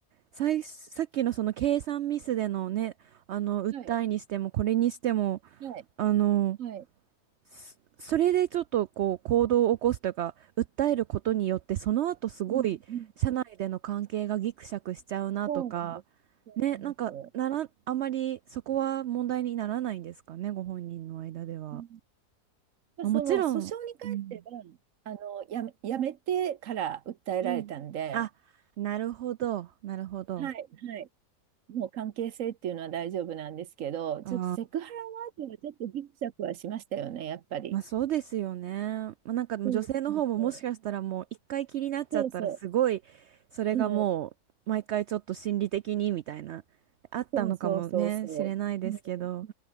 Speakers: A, on the right; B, on the right.
A: さい、さっきのその計算ミスでのね、あの、訴えにしても、
B: う。はい。
A: これにしても、
B: はい。
A: あの、
B: はい。
A: そそれでちょっとこう行動を起こすというか訴えることによってその後すごい社内での関係がギクシャクしちゃうなとか
B: うんうん。そうなんです。そうなんですよ。
A: ねなんかならあまりそこは問題にならないんですかねご本人の間では、
B: うんまあ、
A: まあ、
B: その訴訟に関しては、
A: もちろんうん
B: あの、やめ、やめてから訴えられたんで、
A: うんあなるほどなるほど
B: はい、はい。もう関係性っていうのは大丈夫なんですけど、ちょっとセクハラワードはちょっとギクシャクはしましたよね、
A: あ
B: やっぱり。
A: まあそうですよね。まあ、なんかもう女性の方ももしかしたらもう一回気になっちゃったらすごいそれがもう毎回ちょっと心理的にみたいなあったのかもねしれないですけど
B: そうなんですよ。そうそう。うん。そうそうそうそう。うん。